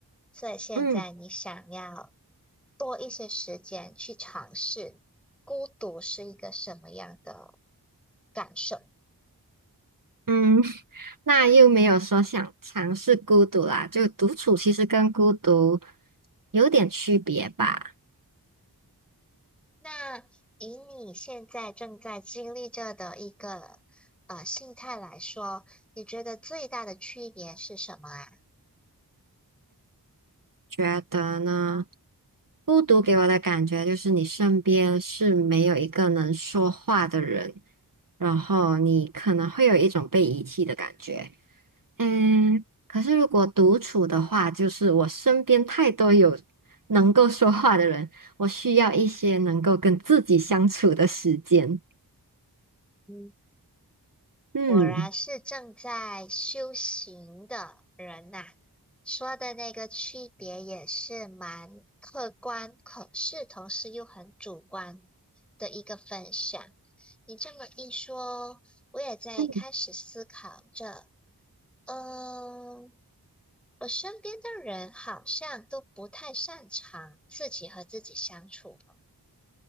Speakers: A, in the centre; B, on the right.
A: 所以现在你想要
B: 嗯
A: 多一些时间去尝试孤独是一个什么样的感受。
B: 嗯，<laughs> 那又没有说想尝试孤独啦，就独处其实跟孤独有点区别吧？
A: 那以你现在正在经历着的一个呃心态来说，你觉得最大的区别是什么啊？
B: 觉得呢，孤独给我的感觉就是你身边是没有一个能说话的人，然后你可能会有一种被遗弃的感觉。嗯，可是如果独处的话，就是我身边太多有能够说话的人，我需要一些能够跟自己相处的时间。
A: 嗯，
B: 嗯
A: 果然是正在修行的人呐、说的那个区别也是蛮客观，可是同时又很主观的一个分享。你这么一说，我也在开始思考着，
B: 嗯
A: 嗯、我身边的人好像都不太擅长自己和自己相处呢。